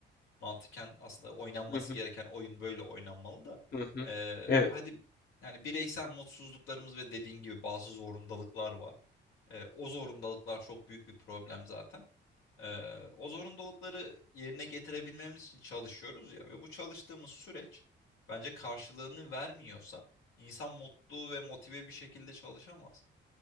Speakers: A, on the left; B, on the left.
A: Mantıken aslında oynanması
B: Hı hı
A: gereken oyun böyle oynanmalı da.
B: hı hı. hı.
A: Ee,
B: Evet.
A: hadi yani bireysel mutsuzluklarımız ve dediğin gibi bazı zorundalıklar var. Ee, o zorundalıklar çok büyük bir problem zaten. Ee, o zorunlulukları yerine getirebilmemiz için çalışıyoruz ya ve bu çalıştığımız süreç bence karşılığını vermiyorsa insan mutlu ve motive bir şekilde çalışamaz.